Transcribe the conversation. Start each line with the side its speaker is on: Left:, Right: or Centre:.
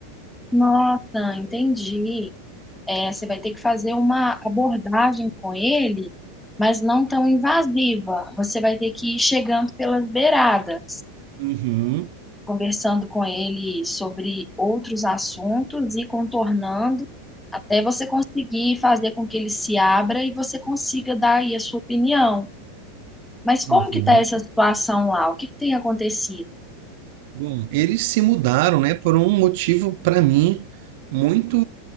Centre: Nossa, entendi. É, você vai ter que fazer uma abordagem com ele, mas não tão invasiva. Você vai ter que ir chegando pelas beiradas.
Right: Uhum,
Centre: conversando com ele sobre outros assuntos e contornando até você conseguir fazer com que ele se abra e você consiga dar aí a sua opinião. Mas como
Right: uhum.
Centre: que está essa situação lá? O que, que tem acontecido?
Right: Bom, eles se mudaram, né, por um motivo para mim muito